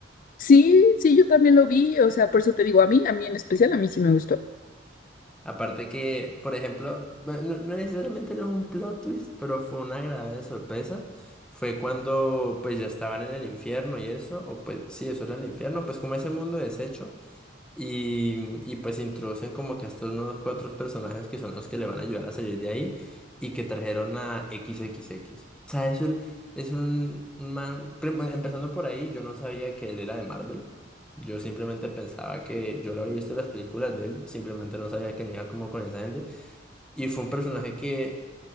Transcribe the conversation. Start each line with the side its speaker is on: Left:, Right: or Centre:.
Left: Sí, sí, yo también lo vi, o sea, por eso te digo a mí, a mí en especial, a mí sí me gustó.
Centre: Aparte que, por ejemplo, bueno, no, no necesariamente no es un plot twist, pero fue una agradable sorpresa. Fue cuando pues ya estaban en el infierno y eso, o pues sí, eso era el infierno, pues como ese mundo deshecho. Y, y pues introducen como que a estos nuevos cuatro personajes que son los que le van a ayudar a salir de ahí y que trajeron a XXX. O sea, es un, es un un man, prim- bueno, empezando por ahí, yo no sabía que él era de Marvel. Yo simplemente pensaba que yo lo había visto en las películas de él, simplemente no sabía que no iba como con esa gente. Y fue un personaje que